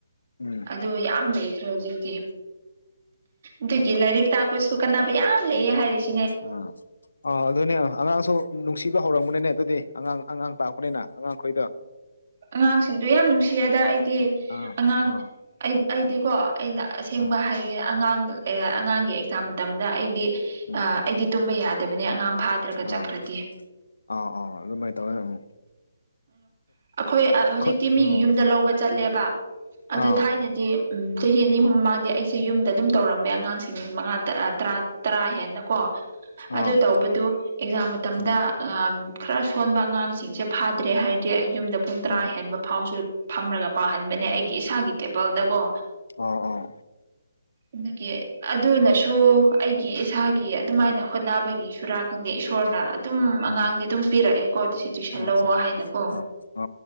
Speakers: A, on the left; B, on the right.
A: ꯎꯝ
B: ꯑꯗꯨ ꯌꯥꯝ ꯂꯩꯈ꯭ꯔꯦ ꯍꯧꯖꯤꯛꯇꯤ ꯑꯗꯨꯒꯤ ꯂꯥꯏꯔꯤꯛ ꯇꯥꯛꯄꯁꯨ ꯀꯥꯟꯅꯕ ꯌꯥꯝ ꯂꯩꯌꯦ ꯍꯥꯏꯔꯤꯁ
A: ꯑ ꯑ ꯑꯗꯨꯅꯦ ꯑꯉꯥꯡꯁꯨ ꯅꯨꯡꯁꯤꯕ ꯍꯧꯔꯝꯕꯅꯤꯅꯦ ꯑꯗꯨꯗꯤ ꯑꯉꯥꯡ ꯑꯉꯥꯡ ꯇꯥꯛꯄꯅꯤꯅ ꯑꯉꯥꯡꯈꯣꯏꯗꯣ
B: ꯑꯉꯥꯡꯁꯤꯡꯁꯨꯣ ꯌꯥꯝ ꯅꯨꯡꯁꯤ ꯑꯗ ꯑꯩ
A: ꯑꯥ
B: ꯑꯉꯥꯡ
A: ꯑꯥ
B: ꯑꯩ ꯑꯩꯗꯤꯀꯣ ꯑꯩꯅ ꯑꯁꯦꯡꯕ
A: ꯑꯥ
B: ꯍꯥꯏꯒꯦ ꯑꯉꯥꯡ ꯂꯩ ꯑꯉꯥꯡꯒꯤ ꯑꯦꯛꯖꯥꯝ ꯃꯇꯝꯗ ꯑꯩꯗꯤ
A: ꯎꯝ
B: ꯑꯩꯗꯤ ꯇꯨꯝꯕ ꯌꯥꯗꯕꯅꯦ ꯑꯉꯥꯡ ꯐꯥꯗ꯭ꯔꯒ ꯆꯀ꯭ꯔꯗꯤ
A: ꯑꯥ ꯑꯥ ꯑꯥ ꯑꯗꯨꯃꯥꯏꯅ ꯇꯧꯋꯦ ꯎꯝ
B: ꯑ ꯑꯩꯈꯣꯏ ꯍꯧꯖꯤꯛꯇꯤ
A: ꯈꯨꯠ
B: ꯃꯤꯒꯤ
A: ꯎꯝ
B: ꯌꯨꯝꯗ ꯂꯧꯕ ꯆꯠꯂꯦꯕ ꯑꯗꯨ
A: ꯑꯥ
B: ꯊꯥꯏꯅꯗꯤ ꯎꯝ ꯆꯍꯤ ꯑꯅꯤ ꯑꯍꯨꯝ ꯃꯥꯡꯗꯦ ꯑꯩꯁꯦ ꯌꯨꯝꯗ ꯑꯗꯨꯝ ꯇꯧꯔꯝꯃꯦ ꯑꯉꯥꯡꯁꯤꯡ ꯃꯉꯥ ꯇꯔꯥ ꯇꯔꯥ ꯍꯦꯟꯅ ꯀꯣ
A: ꯑꯥ
B: ꯑꯗꯨ ꯇꯧꯕꯗꯨ ꯑꯦꯛꯖꯥꯝ ꯃꯇꯝꯗ
A: ꯎꯝ
B: ꯈꯔ ꯁꯣꯟꯕ ꯑꯉꯥꯡꯁꯤꯡꯁꯦ ꯐꯥꯗ꯭ꯔꯦ ꯍꯥꯏꯔꯗꯤ ꯑꯩ ꯌꯨꯝꯗ ꯄꯨꯡ ꯇꯔꯥ
A: ꯎꯝ
B: ꯍꯦꯟꯕ ꯐꯥꯎꯁꯨ ꯐꯝꯔꯒ ꯄꯥꯍꯟꯕꯅꯦ ꯑꯩꯒꯤ ꯏꯁꯥꯒꯤ ꯇꯦꯕꯜꯗꯀꯣ
A: ꯑꯥ ꯑꯥ
B: ꯑꯗꯨꯒꯤ ꯑꯗꯨꯅꯁꯨ ꯑꯩꯒꯤ ꯏꯁꯥꯒꯤ ꯑꯗꯨꯃꯥꯏꯅ ꯍꯣꯠꯅꯕꯒꯤ ꯁꯨꯔꯥꯛ ꯈꯪꯗꯦ ꯏꯁꯣꯔꯅ ꯑꯗꯨꯝ
A: ꯎꯝ
B: ꯑꯉꯥꯡꯗꯤ ꯑꯗꯨꯝ ꯄꯤꯔꯛꯑꯦꯀꯣ ꯇꯨꯁꯤ ꯇꯨꯏꯁꯟ ꯂꯑꯣ
A: ꯑꯆꯥ
B: ꯍꯥꯏꯅꯀꯣ
A: ꯑꯥ ꯑꯥ